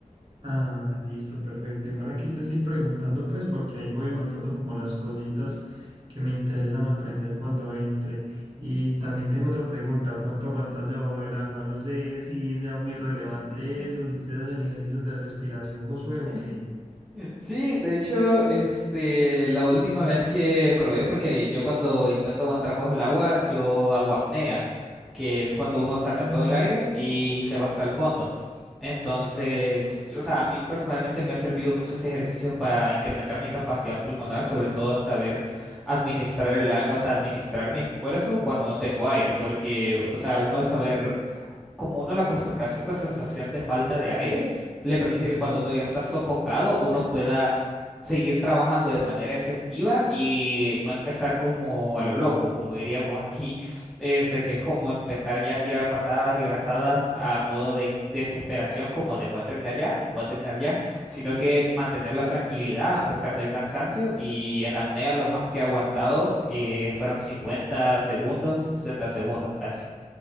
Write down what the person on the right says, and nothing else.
Ah, listo, perfecto. Igual aquí te estoy preguntando, pues, porque ahí voy anotando como las cositas que me interesan aprender cuando entre. Y también tengo otra pregunta, ¿cuánto aguantas debajo del agua? No sé si sea muy relevante
eso, si ustedes hacen ejercicios de respiración, Josué,
o qué.
Sí.
Sí,